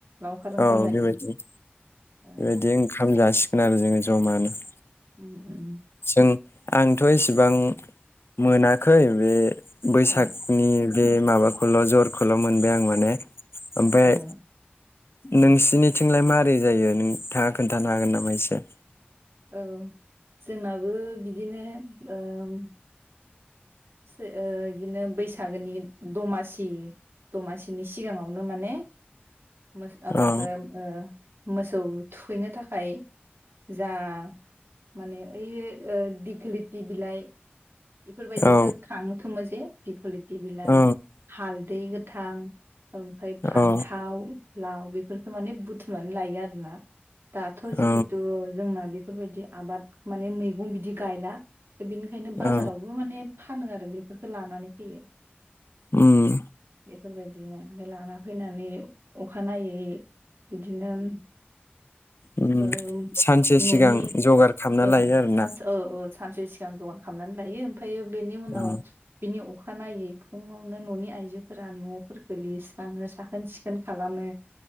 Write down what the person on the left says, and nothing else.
औ
बेबायदि
बेबायदि ओं ओंखाम जासिगोन आरो जोङो ज'मानो ।
उम आंथ इसेबां मोनाखै बे बैसागनि
बे माबाखौल जरखौल मोनबाय आं माने ओमफ्राय
नोंसिनिथिंलाय मारै जायो नोंथाङा खोन्थानो हागोन नामा एसे?
औ
औ
औ
औ
औ
औ
उम।
उम
सानसे
सिगां जगार खालामना
लायो आरोना
औ